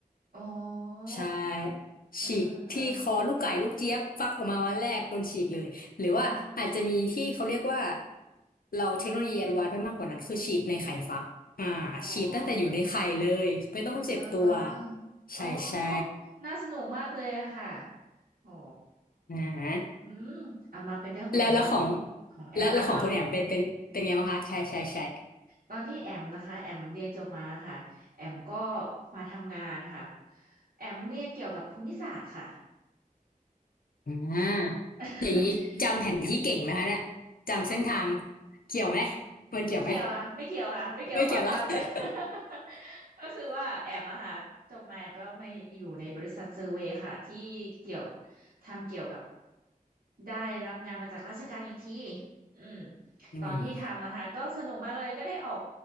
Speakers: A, on the right (about 75°); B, on the left (about 75°).
A: อ๋อ
B: ใช่ฉีดที่คอลูกไก่ลูกเจี๊ยบฟักออกมาวันแรกโดนฉีดเลยหรือว่าอาจจะมีที่เขาเรียกว่า
A: เออเออเอออืม
B: เราเทคโนโลยีแอดวานซ์ไปมากกว่านั้นคือฉีดในไข่ฟักอ่าฉีดตั้งแต่อยู่ในไข่เลยไม่ต้องเจ็บตัว
A: อ๋อเออเออเออ
B: ใช่ใช่
A: อ๋อน่าสนุกมากเลยอะค่ะ อ๋อ
B: อ่า
A: อืมเอามาเป็นเรื่องของแอม
B: แล้วแล้วของ
A: ของแอมบ้างเนาะ
B: แล้วแล้วของคุณแอมเป็นเป็นเป็นไงบ้างคะใช่ใช่ใช่
A: ตอนที่แอมนะคะแอมเรียนจบมาค่ะแอมก็มาทำงานค่ะแอมเรียนเกี่ยวกับภูมิศาสตร์ค่ะ
B: อ่าอย่างนี้จำแผนที่เก่งนะคะเนี่ยจำเส้นทาง
A: <laughs> อ๋อ
B: เกี่ยวไหมมันเกี่ยวไหม
A: ไม่เกี่ยวค่ะไม่เกี่ยวค่ะไม่เกี่ยวกับความจำเลย
B: ไม่เกี่ยวหรอก
A: <laughs> ก็คือว่าแอมอะค่ะจบมาแอมก็ไม่อยู่ในบริษัทเซอร์เวย์ค่ะที่เกี่ยวทำเกี่ยวกับได้รับงานมาจากราชการอีกทีอืม
B: อืม
A: ตอนที่ทำนะคะก็สนุกมากเลยก็ได้ออก